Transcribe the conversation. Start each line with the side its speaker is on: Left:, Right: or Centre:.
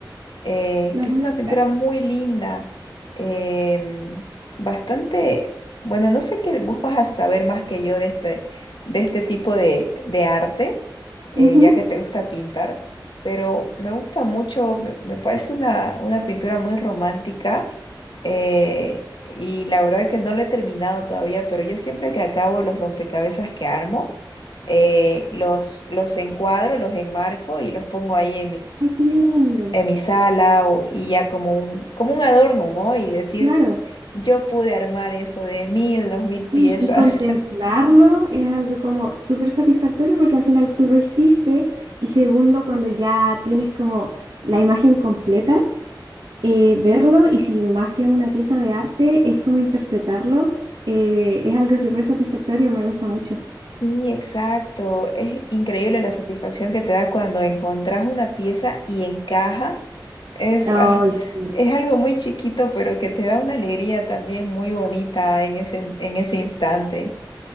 Left: eh,
Right: La
Left: que
Right: voy
Left: es una
Right: a buscar.
Left: pintura muy linda, em, bastante, bueno, no sé qué, vos vas a saber más que yo de este, de este tipo de, de arte, eh,
Right: Ujú.
Left: ya que te gusta pintar, pero me gusta mucho, me, me parece una, una pintura muy romántica, eh, y la verdad que no lo he terminado todavía, pero yo siempre que acabo los rompecabezas que armo, eh, los, los encuadro, los enmarco y los pongo ahí
Right: Ay, qué lindo.
Left: en mi sala o- y ya como un, como un adorno, ¿no? Y decir,
Right: Claro.
Left: yo pude armar eso de mil, dos mil piezas.
Right: Y, y contemplarlo
Left: <laughs>
Right: es algo como súper satisfactorio porque al final tú lo hiciste y segundo, cuando ya tienes como la imagen completa, eh, verlo y si más si es una pieza de arte, es como interpretarlo, eh, es algo súper satisfactorio, me gusta mucho.
Left: Sí, exacto. Es increíble la satisfacción que te da cuando encontrás una pieza y encaja. Es,
Right: Ay,
Left: ah,
Right: sí.
Left: es algo muy chiquito, pero que te da una alegría también muy bonita en ese, en ese instante.